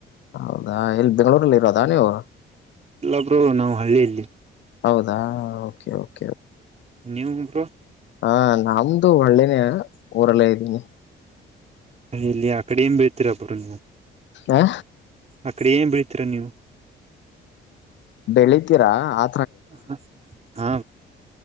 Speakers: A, on the left; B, on the right.
A: ಹೌದಾ ಇಲ್ಲಿ ಬೆಂಗಗಳೂರಲ್ಲಿ ಇರೋದಾ ನೀವು
B: ಎಲ್ಲಬ್ರು ನಾವ್ ಹಳ್ಳಿಯಲ್ಲಿ
A: ಹೌದಾ ಓಕೆ ೆ
B: ನೀವುಟ
A: ಹಾ ನಮ್ದು ಒಳ್ಳೇನ ಊರಲ್ಲ ಇದ್ದೀನಿ
B: ಅ ಇಲ್ಲಿ ಆ ಕಡೆ ಏನ್ ಬಳ್ತೀರಾ ಬರು ನೀವು
A: ಹ
B: ಅ ಕಡೆ ಏನ್ ಬೀಳ್ತೀರ ನೀವು
A: ಬೆಳಿತೀರಾ ಆ
B: ಹ ಹಾ